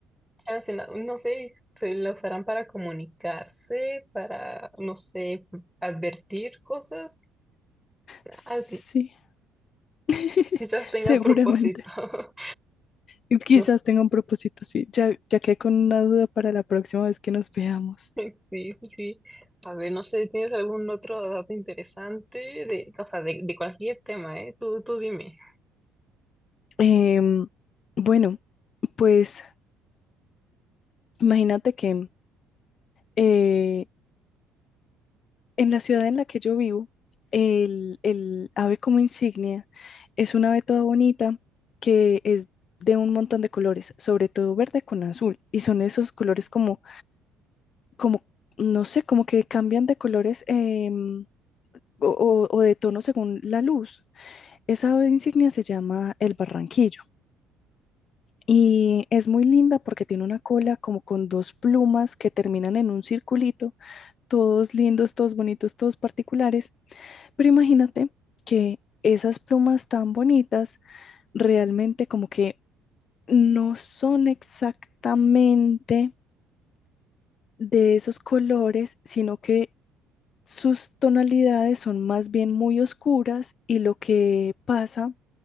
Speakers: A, in the centre; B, on the left (about 45°).
A: chance, no, no sé, se la usarán para comunicarse, para, no sé, advertir cosas.
B: Sí,
A: Ah,
B: <laughs>
A: quizás tenga propósito.
B: seguramente.
A: <laughs>
B: Y Quizás
A: No sé.
B: tenga un propósito así. Ya, ya quedé con una duda para la próxima vez que nos veamos.
A: <laughs> Sí, sí, sí. A ver, no sé, ¿tienes algún otro dato interesante de, o sea, de, de cualquier tema, eh? Tú, tú dime.
B: Em, bueno, pues imagínate que eh, En la ciudad en la que yo vivo, el, el ave como insignia es una ave toda bonita que es de un montón de colores, sobre todo verde con azul, y son esos colores como, como no sé, como que cambian de colores em, o, o- o de tono según la luz. Esa ave insignia se llama el barranquillo. Y es muy linda porque tiene una cola como con dos plumas que terminan en un circulito, todos lindos, todos bonitos, todos particulares Pero imagínate que esas plumas tan bonitas realmente como que no son exactamente de esos colores, sino que sus tonalidades son más bien muy oscuras y lo que pasa